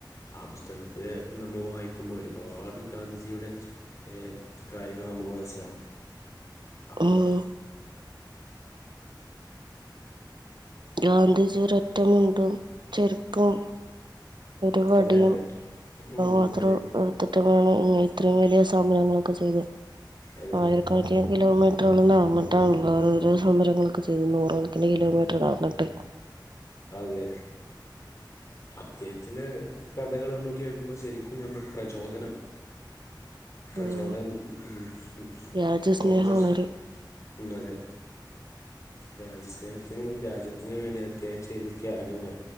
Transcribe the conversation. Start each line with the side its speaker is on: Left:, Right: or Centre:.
Left: ആഹ് പുസ്തകത്തില് നമ്മൾ വായിക്കുമ്പോ ഒരുപാട് ഗാന്ധിജിയുടെ ഏഹ് കാര്യങ്ങള് നമുക്ക് മനസ്സിലാകും. അപ്പോ
Right: ഉം ഗാന്ധിജി ഒരു ഒറ്റമുണ്ടും ചെരുപ്പും ഒരു വടിയും
Left: അതെ അതെ ഉം
Right: അത് മാത്രം
Left: അതെ
Right: എടുത്തിട്ടന്നേണ് ഇങ്ങന ഇത്രയും വലിയ സമരങ്ങളൊക്കെ ചെയ്ത്
Left: അതെ അതെ
Right: ആയിര ക്കണക്കിന് കിലോമീറ്ററുകള് നടന്ന്ട്ടാണല്ലോ ഓരോരോ സമരങ്ങളൊക്കെ ചെയ്തത് നൂറുകണക്കിന് കിലോമീ റ്റർ നടന്നിട്ടെ
Left: അതെ അദ്ദേഹത്തിന്റെ കഥകൾ നമ്മൾ കേൾക്കുമ്പോ ശരിക്കും ഞമ്മക്ക് പ്രചോദനം പ്രചോദനം
Right: ഉം
Left: ഉം ഉം
Right: രാജ്യസ്നേഹമാണൊരു
Left: അത്രത്തോളം പ്രചോ ഉം അതെ രാജസ്നേഹത്തിന് രാജ ജ്യത്തിന് വേണ്ടി അദ്ദേഹം ചെയ്ത ത്യാഗങ്ങൾ